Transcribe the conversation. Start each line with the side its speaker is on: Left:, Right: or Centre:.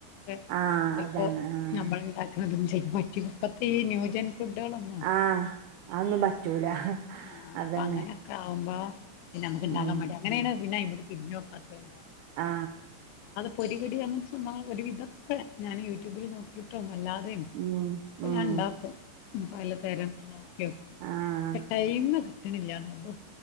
Left: <inaudible>
Right: ആഹ്
Left: ചെലപ്പോ
Right: അതാണ് ആഹ്
Left: നമ്മൾ ഉണ്ടാക്ക്ണതൊന്നും. <unintelligible> ഇപ്പത്തെ ഈ ന്യൂജെന. ഫുഡാളൊന്നും
Right: ആഹ് അതൊന്നും
Left: വല്ലാണ്ട്
Right: പറ്റൂല
Left: ആഹ്
Right: അതന്നെ
Left: അപ്പൊ അങ്ങനെയൊക്കെ ആകുമ്പോ. പിന്നെ നമുക്ക്ണ്ടാക്കാൻ
Right: ഉം
Left: മടി അങ്ങനെയാണ് പിന്നെ ഐ. തിരിഞ്ഞ്നോക്കാത്തല്ലേ.
Right: ആഹ്.
Left: <unintelligible> അങ്ങനത്തെ സംഭവങ്ങളെല്ലാം ഒരു വിധൊക്കെ ഞാൻ യൂട്യൂബിൽ നോക്കിയിട്ടും അല്ലാതെ. <unintelligible>
Right: ഉം
Left: ഇപ്പ
Right: ഉം
Left: ഞാൻ ഇണ്ടാക്കും ഉം പലതരങ്ങൾ നോക്കി വെക്കും
Right: ആഹ്
Left: പക്ഷെ ടൈമ് കി ട്ടിണില്ലന്നൊള്ളൂ